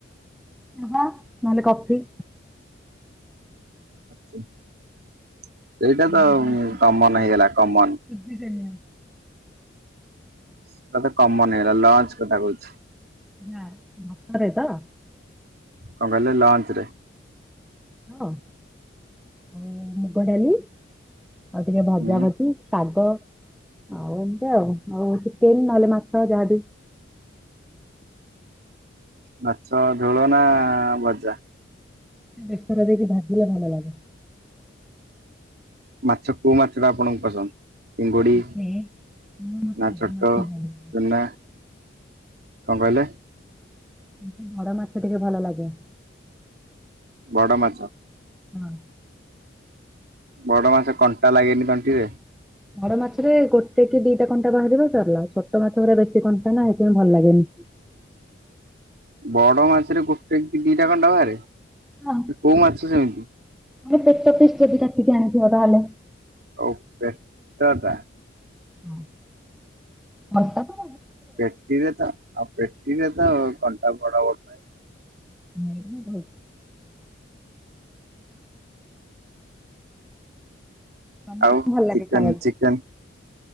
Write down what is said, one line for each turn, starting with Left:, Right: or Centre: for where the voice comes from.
Centre: ଚା ନହେଲେ କଫି।
Right: ସେଇଟା
Centre: ନହେଲେ
Right: ତ
Centre: ଯୋଉ ସୁଜି
Right: କମନ୍
Centre: ସେମିଆ
Right: ହେଇଗଲା କମନ୍।
Centre: <unintelligible>
Right: ସେଟା ତ କମନ୍ ହେଇଗଲା ଲଞ୍ଚ କଥା କହୁଛି।
Centre: ହଁ ଭୋକରେ ତ?
Right: କଁ କହିଲେ ଲଞ୍ଚ୍ ରେ
Centre: ଭାତ ଆଉ ମୁଗଡାଲି। ଆଉ ଟିକେ ଭାଜା
Right: ହୁଁ
Centre: ଭଜି। ଶାଗ ଆଉ ଏମତିଆଉ ଆଉ ଚିକେନ୍ ନହେଲେ ମାଛ ଯାହାବି
Right: ମାଛ ଝୋଳ ନା ଭଜା?
Centre: ବେସର ଦେଇକି ଭାଜିଲେ ଭଲ ଲାଗେ।
Right: ମାଛ କୋଉ ମାଛଟା ଆପଣଙ୍କୁ ପସନ୍ଦ? ଚିଙ୍ଗୁଡ଼ି
Centre: ମତେ ମତେ
Right: ନା
Centre: ସବୁ
Right: ଛୋଟ
Centre: ମାଛ ଭଲ ଲାଗେ।
Right: ଚୂନା କଣ କହିଲେ?
Centre: ମତେ ବଡ଼ ମାଛ ଟିକେ ଭଲ ଲାଗେ।
Right: ବଡ଼ ମାଛ।
Centre: ହଁ।
Right: ବଡ଼ ମାଛ କଣ୍ଟା ଲାଗେନି ତଣ୍ଟିରେ?
Centre: ବଡ଼ ମାଛରେ ଗୋଟେ କି ଦିଟା କଣ୍ଟା ବାହାରିବ ସରିଲା। ଛୋଟ ମାଛଗୁରା ବେଶୀ କଣ୍ଟା ନା ହେଇଥିପାଇଁ ଭଲ ଲାଗେନି।
Right: ବଡ଼ ମାଛରେ ଗୋଟେ କି ଦିଟା କଣ୍ଟା ବାହାରେ?
Centre: ହଁ।
Right: କୋଉ ମାଛ ସେମତି?
Centre: ଆମେ ପେଟ ପିସ୍ ଯଦି କାଟିକି ଆଣିଥିବା ତାହେଲେ।
Right: ଓ ପେଟ ଟା?
Centre: ମଟନ?
Right: ପେଟିରେ ତ ଆଉ ପେଟିରେ ତ କଣ୍ଟା ବଡ଼ ବଡ଼।
Centre: ଉଁ ହୁଁ। ତମକୁ
Right: ଆଉ
Centre: କଣ ଭଲ ଲାଗେ
Right: ଚିକେନ୍
Centre: ଖାଇବାକୁ
Right: ଚିକେନ୍?